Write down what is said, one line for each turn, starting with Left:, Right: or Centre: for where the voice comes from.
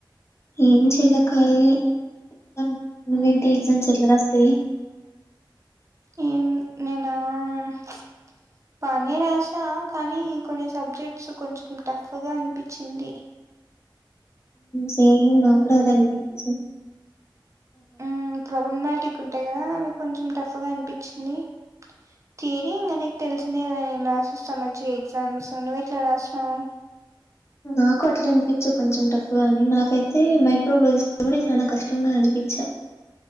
Left: ఏం చేలె కాలియె. కాన్ నువ్వేంటి
Right: మ్మ్
Left: ఎగ్జామ్స్ ఎట్లారాస్. త్రీ.
Right: ఏం నేనా.? ప్చ్. పనే రాసా కానీ, కొన్ని సబ్జెక్ట్స్ కొంచెం టఫ్ గా అన్పిచింది.
Left: సేమ్ నా కూడా అదే అన్ పిచ్
Right: హ్మ్ ట్రూబుల్ మ్యటిక్ ఉంటాయి కదా అవి కొంచెం టఫ్ గా అనిపిచింది థిరీ ఇంగ నీక్ తెల్ సిందే కదా ఎ మ్యాస్ సమ్ మంచి ఎగ్జామ్స్ నువ్వు ఎట్లా రాస్ నవు
Left: నాకు అట్లే అనిపిచు కొంచెం టఫ్ గాని నాకైతే మైక్రోవేస్ కూడా చాలా కష్టంగా అనిప్ చ్చ